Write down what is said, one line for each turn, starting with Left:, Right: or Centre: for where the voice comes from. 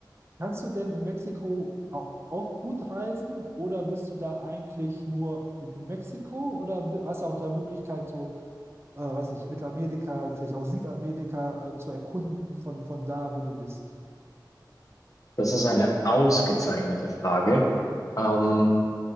Right: kannst du denn in Mexiko auch, auch gut reisen oder bist du da eigentlich nur in, in Mexiko oder bi- hast du auch da Möglichkeit, so äh, weiß nicht, Mittelamerika, vielleicht auch Südamerika äh, zu erkunden von, von da, wo du bist.
Left: das ist eine ausgezeichnete Frage. Ähm,